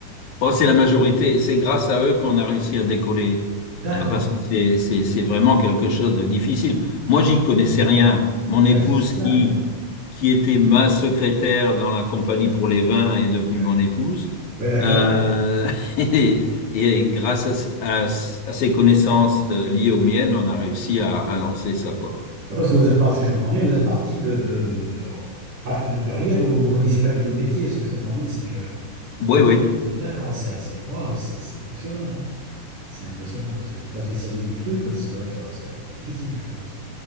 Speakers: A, on the right (about 70°); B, on the left (about 70°).
A: Et
B: Oh,
A: puis-
B: c'est la majorité et c'est grâce à eux qu'on a réussi à décoller
A: D'accord.
B: euh, parce que c'est, c'est, c'est vraiment quelque chose de difficile. Moi, j'y connaissais rien. Mon
A: Ouais,
B: épouse
A: c'est spécial,
B: qui
A: ouais.
B: était ma secrétaire dans la compagnie pour les vins, est devenue
A: Ouais,
B: mon épouse.
A: Ouais, d'accord.
B: Euh, <laughs> et, et grâce à, ce- à ce- à ses connaissances euh, liées aux miennes, on a réussi à, à lancer ça, quoi.
A: Ouais, Parce que vous êtes parti, si je comprends bien, vous êtes parti de, de, de, pas- de- de rien, vous ne connaissez pas du tout le métier. Ce que je comprends bien, c'est que
B: Oui,
A: vous êtes.
B: oui.
A: D'accord, c'est assez. Waouh, c'est c'est impressionnant. hein. C'est impressionnant parce que si tu n'es pas spécialiste du truc, ça doit être, ça doit être difficile, je pense.